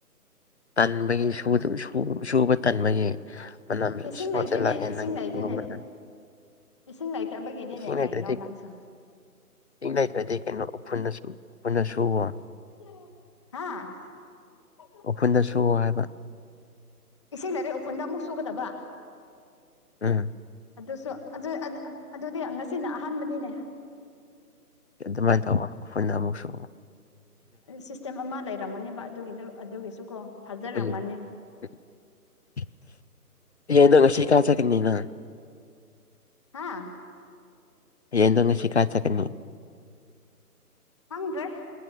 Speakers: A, on the left; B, on the left.
A: ꯇꯟꯕꯒꯤ ꯁꯨꯗꯕ ꯁꯨ ꯁꯨꯕ ꯇꯟꯕꯒꯤ ꯃꯅꯝ
B: ꯏꯁꯤꯡ
A: ꯁꯤꯐꯥꯎꯁꯦ
B: ꯂꯩꯇꯦꯅꯦ
A: ꯂꯥꯛꯑꯦ
B: ꯏꯁꯤꯡ
A: ꯅꯪꯒꯤ
B: ꯂꯩꯇꯦꯅꯦ
A: ꯈꯨꯉꯨꯞ ꯃꯅꯝ
B: ꯏꯁꯤꯡ ꯂꯩꯇꯕꯒꯤꯅꯤꯅꯦ
A: ꯏꯁꯤꯡ ꯂꯩꯇ꯭ꯔꯗꯤ
B: ꯀꯩꯅꯣ ꯅꯪꯁꯨ
A: ꯏꯁꯤꯡ ꯂꯩꯇ꯭ꯔꯗꯤ ꯀꯩꯅꯣ ꯎꯐꯨꯜꯟꯅꯁꯨ ꯎꯐꯨꯟꯅ ꯁꯨꯕ
B: ꯍꯥꯥ
A: ꯎꯐꯨꯟꯗ ꯁꯨ ꯍꯥꯏꯕ
B: ꯏꯁꯤꯡ ꯂꯩꯔꯦ ꯎꯐꯨꯟꯗ ꯑꯃꯨꯛ ꯁꯨꯒꯗꯕ
A: ꯎꯝ
B: ꯑꯗꯨꯁꯨ ꯑꯗꯨ ꯑꯗꯨꯗꯤ ꯉꯁꯤꯅ ꯑꯍꯥꯟꯕꯅꯤꯅꯦ
A: ꯑꯗꯨꯃꯥꯏ ꯇꯧꯋꯣ ꯎꯐꯨꯟꯗ ꯑꯃꯨꯛꯁꯨ
B: ꯁꯤꯁꯇꯦꯝ ꯑꯃ ꯂꯩꯔꯝꯒꯅꯦꯕ ꯑꯗꯨꯒꯤꯗꯨ ꯑꯗꯨꯒꯤꯁꯨ ꯀꯣ ꯐꯥꯖꯔꯝꯒꯅꯤ
A: ꯎꯝ <unintelligible> ꯅꯪ ꯉꯁꯤ ꯀꯥ ꯆꯠꯒꯅꯤ ꯅꯪ
B: ꯍꯥꯥ
A: ꯌꯦꯟꯗꯣ ꯉꯁꯤ ꯀꯥꯏ ꯆꯠꯀꯥꯅꯤ
B: ꯈꯪꯗ꯭ꯔꯦ